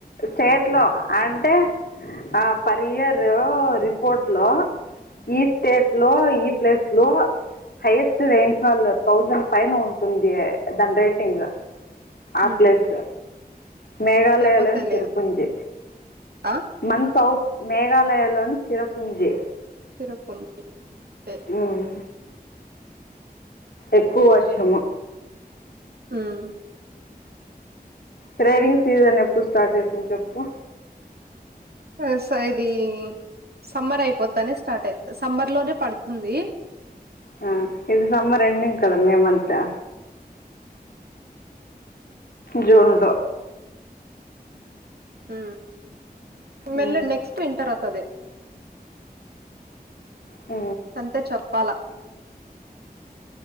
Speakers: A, on the left (about 75°); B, on the right (about 75°).
A: స్టేట్ లో అంటే ఆ పర్ ఇయర్. రిపోర్ట్ లో ఈ స్టేట్ లో ఈ ప్లేస్ లో హైయెస్ట్ రైన్ఫాల్ థౌసండ్ పైన ఉంటుంది దాని రేటింగ. ఆ
B: ఉమ్
A: ప్లేస్ మేఘాలయలోని
B: ఏమో తెలియదు
A: చిరుపుంజి.
B: ఆ
A: మన్ సౌత్ మేఘాలయ అందులోని చిరపుంజి.
B: చిరపుంజి ఒకే
A: ఉమ్. ఎక్కువ వర్షము
B: హ్మ
A: ట్రేడింగ్ సీజన్ ఎప్పుడు స్టార్ట్ అయితుంది చెప్పు.
B: సో సో ఇదీ సమ్మర్ అయిపోతానే స్టార్ట్ అయితది సమ్మర్ లోనే పడుతుంది.
A: ఆ ఇది సమ్మర్ ఎండింగ్ కదా మే మంతా జూన్ లో
B: ఊ మళ్ళీ
A: ఉమ్.
B: నెక్స్ట్ వింటర్ వత్తది.
A: ఉ
B: అంతే చెప్పాలా